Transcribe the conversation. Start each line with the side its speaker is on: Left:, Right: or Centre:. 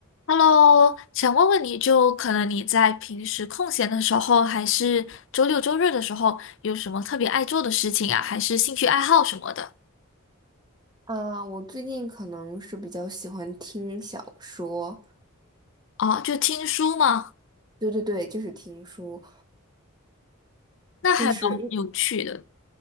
Left: Hello，想问问你就可能你在平时空闲的时候，还是周六周日的时候，有什么特别爱做的事情啊，还是兴趣爱好什么的？
Right: 啊，我最近可能是比较喜欢听小说，
Left: 哦，就听书吗？
Right: 对对对，就是听书，
Left: 那还蛮有趣的。
Right: 就是因